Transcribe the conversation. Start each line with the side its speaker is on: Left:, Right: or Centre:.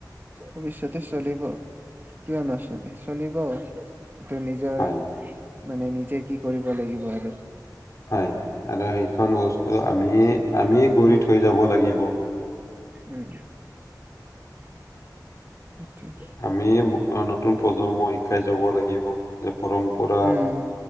Right: ভৱিষ্যতে চলিব কিয় নচলে চলিব। এইটো নিজৰ
Left: হয়
Right: মানে নিজে কি কৰিব লাগিব আৰু।
Left: হয়, আৰু সেইখন বস্তু আমিয়ে, আমিয়ে গঢ়ি থৈ যাব লাগিব।
Right: উম। সেইটোৱে।
Left: আমিয়ে নতুন প্ৰজন্মক শিকাই যাব লাগিব যে পৰম্পৰা
Right: উম